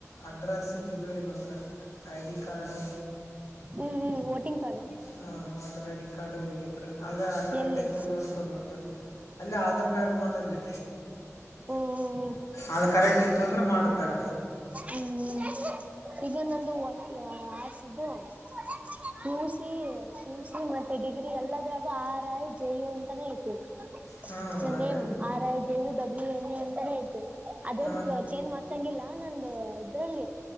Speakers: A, on the left; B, on the right.
A: ಅಡ್ರೆಸ್ ಇದ ಇದ ಇರ್ಬೆಕ್ ಐ-ಡಿ ಕಾರ್ಡ್.
B: ಹ್ಮು ಹ್ಮು ವೋಟಿಂಗ್ ಕಾರ್ಡ್.
A: ಹಾ ವೋಟರ್ ಐ-ಡಿ ಕಾರ್ಡ್ ಓಯ್ಬೇಕ್ ಆದ್ರ ಆದ್ ಕರೆಕ್ಟ್
B: ಎಲ್ಲಿ
A: ಐತಿ ಇಲ್ಲೋ ನೋಡ್ಕೋಬೇಕ. ಅಲ್ಲೇ ಆಧಾರ್ ಕಾರ್ಡ್ ಮಾಡಲ್ಲೇ.
B: ಓ ಓ
A: ಆದ್ ಕರೆಕ್ಟ್ ಇತ್ತ ಅಂದ್ರ ಮಾಡ್ತಾರ.
B: ಹ್ಮು ಹ್ಮು ಇದನ್ನೊಂದು <unintelligible> ಸೂಸಿ ಸೂಸಿ ಮ ಡಿಗ್ರಿ ಎಲ್ಲದ್ರಾಗೂ ಆರ್-ಐ-ಜೆ-ಯು ಅಂತಾನೇ ಐತಿ.
A: ಹಾಂ
B: ನನ್ನ್
A: ಅದೇ
B: ನೇಮ್ ಆರ್-ಐ-ಜೆ-ಯು-ಡಬ್ಲ್ಯು-ಎನ್-ಎ ಅಂತಾನೇ ಐತೆ <unintelligible>
A: ಹಾಂ
B: ಚೇಂಜ್ ಮಾಡ್ಸಂಗಿಲ್ಲ ನಂದು ಅದ್ರಲ್ಲಿ